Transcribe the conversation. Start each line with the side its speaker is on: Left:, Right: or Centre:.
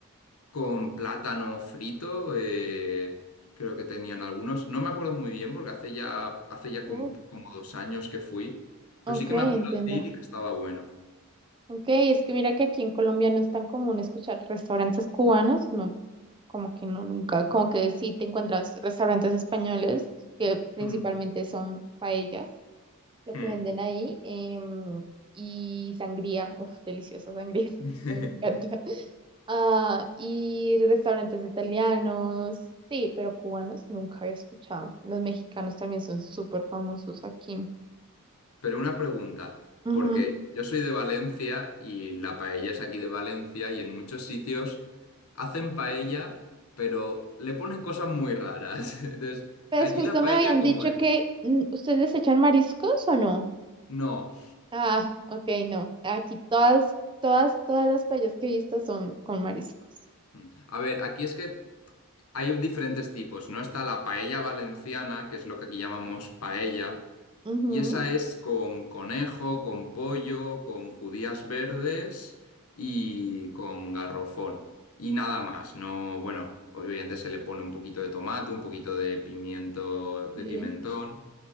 Left: con plátano frito. eh, creo que tenían algunos. No me acuerdo muy bien porque hace ya, hace ya como
Right: uh,
Left: como, dos años que fui. Pero
Right: ok,
Left: sí que me acuerdo
Right: entiendo.
Left: de ir y que estaba bueno.
Right: Ok, es que mira que aquí en Colombia no es tan común escuchar restaurantes cubanos, no, como que no, nunca, como que sí te encuentras restaurantes españoles que principalmente
Left: Mm,
Right: son paellas. lo
Left: mm.
Right: que venden ahí. em, y sangría, uff, deliciosa sangría, <laughs>
Left: <laughs>
Right: a mí me encanta. Ah, y restaurantes italianos, sí, pero cubanos nunca había escuchado. Los mexicanos también son súper famosos aquí.
Left: Pero una pregunta,
Right: Ujú.
Left: porque yo soy de Valencia y la paella es aquí de Valencia y en muchos sitios hacen paella, pero le ponen cosas muy raras. <laughs> Entonces,
Right: Pues
Left: ¿allí
Right: justo
Left: la paella
Right: me habían
Left: cómo
Right: dicho
Left: es?
Right: que mm, ustedes les echan mariscos o no.
Left: No.
Right: Ah, ok, no. Aquí todas, todas, todas las playas que he visto son con mariscos.
Left: Mm. A ver, aquí es que hay diferentes tipos, ¿no? Está la paella valenciana, que es lo que aquí llamamos paella,
Right: Ujú,
Left: Y esa es con conejo, con pollo, con judías verdes y con garrofón. Y nada más, no, bueno, obviamente se le pone un poquito de tomate, un poquito de pimiento, de
Right: sí.
Left: pimentón.